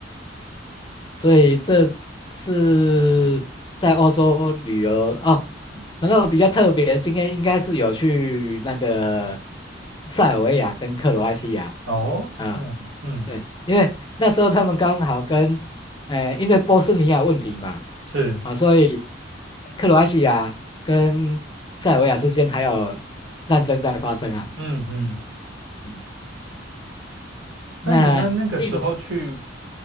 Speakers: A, on the left; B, on the right.
A: 所以这是在欧洲旅游哦。然后比较特别今天应该是有去那个塞尔维亚跟克罗埃西亚
B: 哦，
A: 啊，
B: 嗯嗯，
A: 对，因为那时候他们刚好跟，呃，因为波斯尼亚问题嘛，
B: 是，
A: 啊，所以克罗埃西亚跟塞尔维亚之间还有战争在发生啊。
B: 嗯嗯，
A: 嗯
B: 这样子，
A: 那另
B: 那那个时候去，